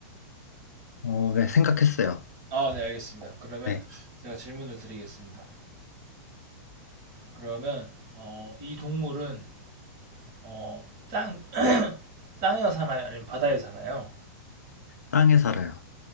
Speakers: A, on the left (about 85°); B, on the right (about 45°).
A: 어, 네, 생각했어요.
B: 아, 네, 알겠습니다. 그러면
A: 네.
B: 제가 질문을 드리겠습니다. 그러면 어, 이 동물은 어, 땅 땅에 사나요? 아니면 바다에 사나요?
A: 땅에 살아요.